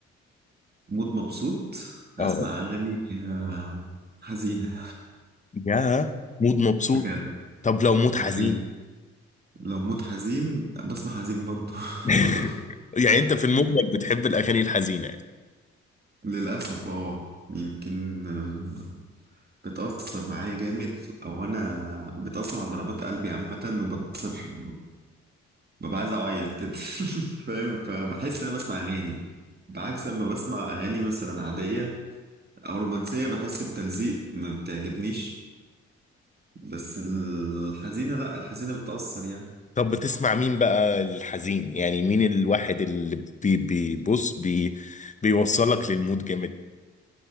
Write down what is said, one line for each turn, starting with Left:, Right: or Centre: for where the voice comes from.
Right: مود مبسوط هسمع
Left: اه
Right: أغاني آه، حزينة
Left: يا مود مبسوط
Right: <laughs> بجد
Left: طب لو مود
Right: ده
Left: حزين
Right: حقيقي لو مود حزين بسمع حزين برضه
Left: <laughs>
Right: <laughs>
Left: يعني انت في المجمل بتحب الأغاني الحزينة
Right: للأسف اه يمكن آه، بتأثر معايا جامد أو أنا بتأثر على ضربات قلبي عامة وبتأثر ببقى عايز أعيط كده <laughs> فاهم فبحس إن أنا بسمع أغاني بعكس لما بسمع أغاني مثلا عادية أو رومانسية بحس بتلزيق ما بتعجبنيش بس الحزينة لأ الحزينة بتأثر يعني
Left: طب بتسمع مين بقى الحزين يعني مين الواحد اللي بي بيبص بي بيوصلك للمود جامد